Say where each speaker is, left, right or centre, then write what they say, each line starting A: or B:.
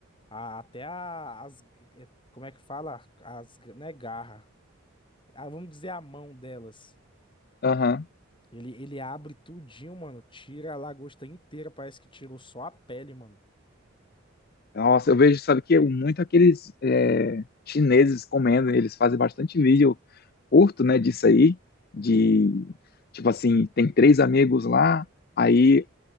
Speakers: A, on the left; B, on the left.
A: a- até a- as. é, Como é que fala? As, né, garra. Ah, vamos dizer a mão delas.
B: Aham.
A: Ele, ele abre tudinho, mano. Tira a lagosta inteira, parece que tirou só a pele, mano.
B: Nossa, eu vejo, sabe que muito aqueles é, chineses comendo, eles fazem bastante vídeo curto, né, disso aí, de
A: Uhum.
B: tipo assim, tem três amigos lá, aí